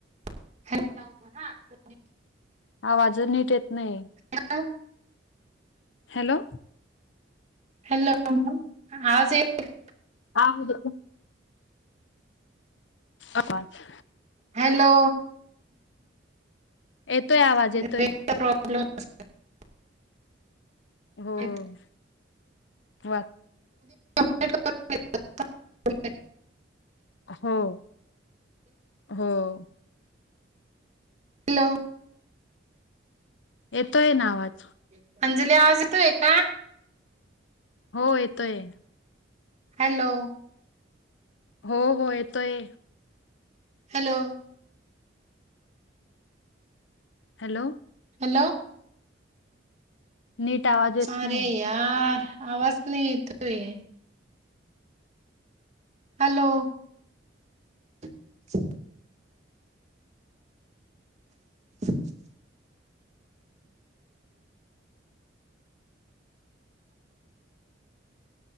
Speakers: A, on the right (about 40°); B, on the left (about 75°).
A: <inaudible>
B: आवाज नीट येत नाही.
A: Hello
B: hello.
A: <inaudible>
B: आम दो. आबाज.
A: हॅलो.
B: येतोय आवाज
A: रेंजचा
B: येतोय.
A: <inaudible>
B: हो.
A: आहे.
B: <inaudible> <inaudible>
A: <inaudible>
B: हो. हो.
A: हॅलो.
B: येतोय ना आवाज
A: <unintelligible> अंजली आवाज येतोय का?
B: हो येतोय.
A: हॅलो.
B: हो, हो, येतोय.
A: हॅलो.
B: हॅलो.
A: हॅलो.
B: नीट आवाज येत
A: अरे
B: नाय.
A: यार आवाज नाही येतोय. हॅलो. <inaudible> <inaudible>